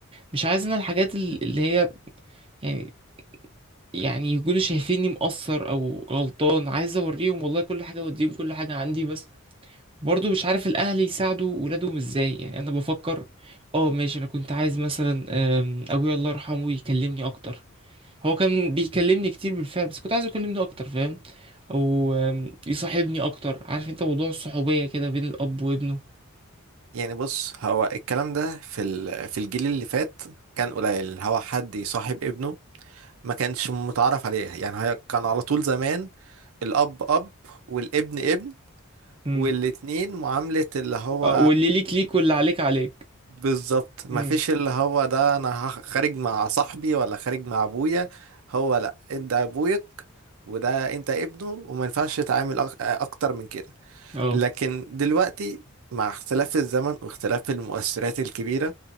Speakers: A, on the right; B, on the right.
A: مش عايز انا الحاجات ال- اللي هي يعني يعني يكونوا شايفيني مقصر او غلطان عايز اوريهم والله كل حاجه واديهم كل حاجه عندي بس برضه مش عارف الاهل يساعدوا ولادهم ازاي يعني انا بفكر اه ماشي انا كنت عايز مثلا آم، ابويا الله يرحمه يكلمني اكتر هو كان بيكلمني كتير بالفعل بس كنت عايزه يكلمني اكتر فاهم او آم، يصاحبني اكتر عارف انت موضوع الصحوبية كده بين الاب وابنه
B: يعني بص هو الكلام ده في ال- في الجيل اللي فات كان قليل هو حد يصاحب ابنه ما كانش متعرف عليه يعني هي كان على طول زمان الأب أب والابن ابن
A: امم
B: والاتنين معاملة اللي هو
A: آه، واللي ليك ليك واللي عليك عليك
B: بالظبط مفيش
A: امم
B: اللي هو ده انا هخ- خارج مع صاحبي ولا خارج مع ابويا هو لا انت ابوك وده انت ابنه وما ينفعش تتعامل أك- اكتر من كده
A: اه
B: لكن دلوقتي مع اختلاف الزمن واختلاف المؤثرات الكبيرة